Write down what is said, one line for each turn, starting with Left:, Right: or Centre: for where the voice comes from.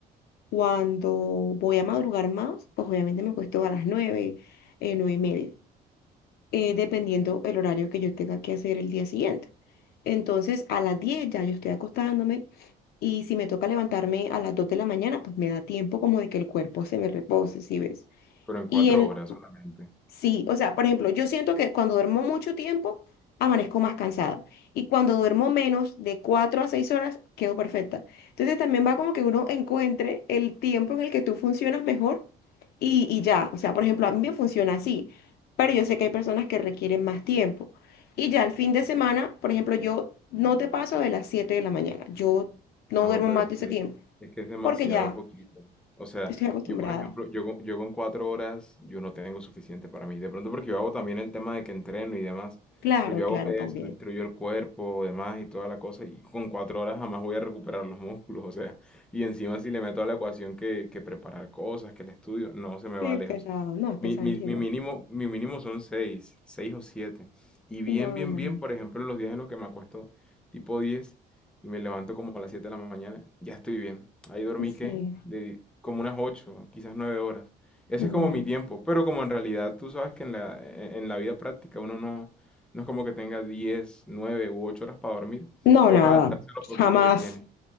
Left: Cuando voy a madrugar más, pues obviamente me acuesto a las 9 eh, 9 y media. eh, dependiendo el horario que yo tenga que hacer el día siguiente. Entonces, a las 10 ya yo estoy acostándome y si me toca levantarme a las 2 de la mañana, pues me da tiempo como de que el cuerpo se me repose, si ves?
Centre: pero en cuatro
Left: Y en,
Centre: horas solamente.
Left: Sí, o sea, por ejemplo, yo siento que cuando duermo mucho tiempo, amanezco más cansada. Y cuando duermo menos de 4 a 6 horas, quedo perfecta. Entonces también va como que uno encuentre el tiempo en el que tú funcionas mejor y, y ya. O sea, por ejemplo, a mí me funciona así, pero yo sé que hay personas que requieren más tiempo. Y ya el fin de semana, por ejemplo, yo no te paso de las 7 de la mañana. Yo no
Centre: No,
Left: duermo
Centre: pero
Left: más
Centre: es
Left: de
Centre: que,
Left: ese tiempo
Centre: es que es demasiado
Left: porque ya
Centre: poquito. O sea,
Left: estoy acostumbrada.
Centre: yo por ejemplo, yo, con- yo con cuatro horas, yo no tengo suficiente para mí. De pronto porque yo hago también el tema de que entreno y demás,
Left: Claro,
Centre: pero yo
Left: claro,
Centre: hago pesas,
Left: también.
Centre: destruyo el cuerpo, demás y toda la cosa, y con cuatro horas jamás voy a recuperar los músculos, <laughs> o sea, y encima si le meto a la ecuación que, que preparar cosas, que el estudio, no, se me
Left: Sí,
Centre: va lejos.
Left: pesado. No, es pesadísimo.
Centre: Mi, mi, mi mínimo, mi mínimo son seis, seis o siete. Y bien,
Left: No,
Centre: bien,
Left: no,
Centre: bien, por ejemplo, en los días en los que me acuesto tipo 10 y me levanto como a las 7 de la mañana, ya estoy bien. Ahí dormí
Left: sí,
Centre: que de como unas ocho quizás nueve horas. Ese
Left: claro.
Centre: es como mi tiempo, pero como en realidad tú sabes que en la, e- en la vida práctica uno no, no es como que tenga diez nueve u ocho horas para dormir,
Left: No,
Centre: toca
Left: nada,
Centre: adaptarse a lo poquito
Left: jamás.
Centre: que tiene.